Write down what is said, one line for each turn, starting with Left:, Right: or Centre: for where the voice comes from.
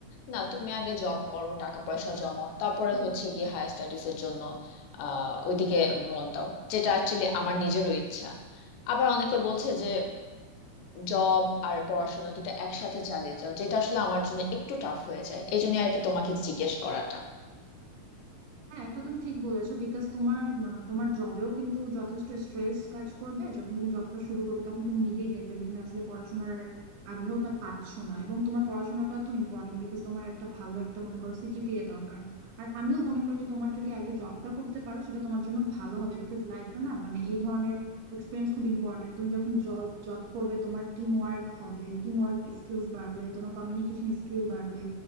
Left: না তুমি আগে জব করো টাকা পয়সা জমাও তারপরে হচ্ছে গিয়ে হায়ার স্টাডিজের জন্য আহ ওইদিকে মন দাও যেটা অ্যাকচুয়ালি আমার নিজেরও ইচ্ছা আবার অনেকে বলছে যে জব আর পড়াশোনা দুটো একসাথে চালিয়ে যাও যেটা আসলে আমার জন্য একটু টাফ হয়ে যায় এই জন্য আর কি তোমাকে জিজ্ঞেস করাটা
Right: হ্যাঁ এটা তুমি ঠিক বলেছো বিকজ তোমার আহ, তোমার জবেও কিন্তু যথেষ্ট স্ট্রেস কাজ করবে যখন তুমি জবটা শুরু করবে তখন তুমি নিজেই দেখবে যে তুমি আসলে পড়াশোনার আগ্রহটা পাচ্ছ না এবং তোমার পড়াশোনাটা তো ইম্পর্টেন্ট বিকজ তোমার একটা ভালো একটা মনে করো সিজিপিএ দরকার আর আমিও মনে করি যে তোমার যদি আগে জবটা করতে পারো সেটা তোমার জন্য ভালো হবে বিকজ লাইফে না মানে এই ধরনের এক্সপিরিয়েন্স খুব ইম্পর্টেন্ট তুমি যখন জব জব করবে তোমার টিম ওয়ার্ক হবে টিম ওয়ার্ক স্কিলস বাড়বে তোমার কমিউনিকেশন স্কিল বাড়বে